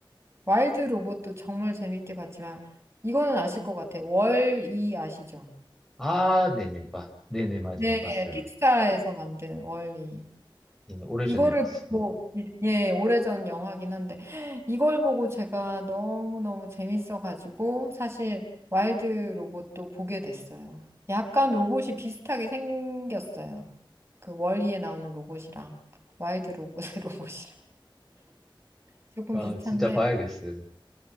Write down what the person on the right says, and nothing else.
와일드 로봇도 정말 재밌게 봤지만, 이거는 아실 것 같아요. 월이 아시죠?
네,
픽사에서 만든 월이.
이거를
보고, 예, 예, 오래전 영화긴 한데, 이걸 보고 제가 너무너무 재밌어가지고, 사실 와일드 로봇도 보게 됐어요. 약간 로봇이 비슷하게 생겼어요. 그 월리에 나오는 로봇이랑, 와일드 로봇의 <laughs> 로봇이랑. 조금
비슷한데,